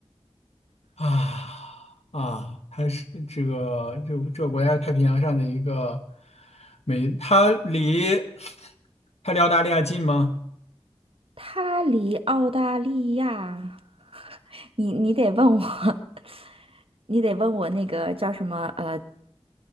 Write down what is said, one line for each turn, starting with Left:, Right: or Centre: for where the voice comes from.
Left: 啊啊，它是这个这这个国家是太平洋上的一个美，它离 <sucks teeth> 它离澳大利亚近吗？
Right: 它离澳大利亚，<laughs> 你你得问我，<laughs> 你得问我那个叫什么呃，